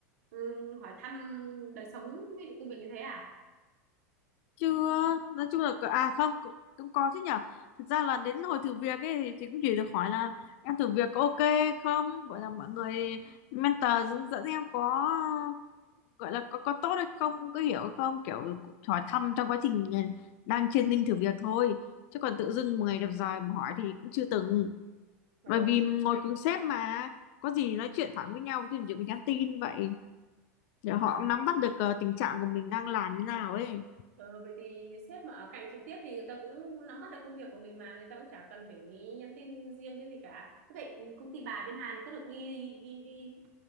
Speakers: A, on the right (about 75°); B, on the left (about 60°).
A: ừ, hỏi thăm đời sống với lại công việc như thế à
B: chưa nói chung là à không cũng cũng có chứ nhở thực ra là đến hồi thử việc ấy thì, thì cũng chỉ được hỏi là em thử việc có ok không gọi là mọi người mentor hướng dẫn em có gọi là có có tốt hay không có hiểu không kiểu hỏi thăm trong quá trình đang training thử việc thôi chứ còn tự dưng một ngày đẹp trời mà hỏi thì cũng chưa từng
A: Ờ.
B: bởi vì ngồi cùng sếp mà có gì nói chuyện thẳng với nhau chứ chỉ có nhắn tin vậy để họ cũng nắm bắt được ờ, tình trạng của mình đang làm như nào ấy
A: Ờ, vậy thì sếp mà ở cạnh trực tiếp thì người ta cũng nắm bắt được công việc của mình mà người ta cũng chả cần phải nhắn tin riêng cái gì cả. Thế vậy công ty bà bên Hàn có được đi đi đi